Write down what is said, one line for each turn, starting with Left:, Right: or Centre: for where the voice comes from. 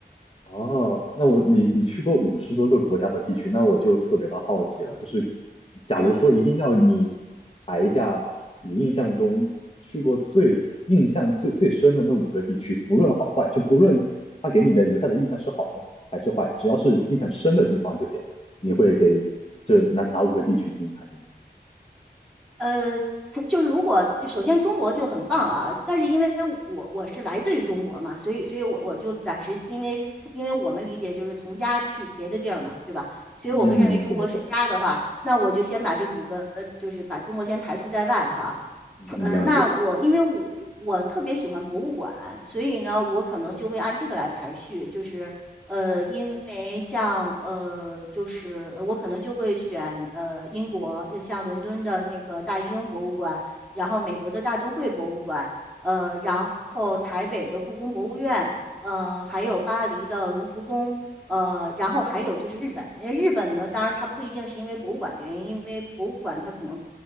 Left: 哦，那我你你去过五十多个国家和地区，那我就特别的好奇了。就是假如说一定要你排一下你印象中去过最印象最最深的那五个地区，
Centre: 嗯
Left: 不论好坏，就不论他给你的留下的印象是好和还是坏，只要是印象深的地方就行。你会给这哪哪五个地区进行排名呢？
Centre: 呃，就是如果就首先中国就很棒啊，但是因为我我是来自于中国嘛，所以所以我我就暂时因为因为我们理解就是从家去别的地儿嘛，对吧？所以我会认为中国是家的话，
Left: 嗯嗯嗯，对，没错，
Centre: 那我就先把这五个就是把中国先排除在外哈。
Left: 嗯嗯，
Centre: 嗯，
Left: 没问题。
Centre: 呃那我因为我我特别喜欢博物馆，所以呢，我可能就会按这个来排序，就是呃，因为像呃，就是呃我可能就会选呃英国，呃像伦敦的那个大英博物馆，然后美国的大都会博物馆，呃，然后台北的故宫博物院，嗯、还有巴黎的卢浮宫，呃，然后还有就是日本，为日本呢，当然它不一定是因为博物馆的原因，因为博物馆它可能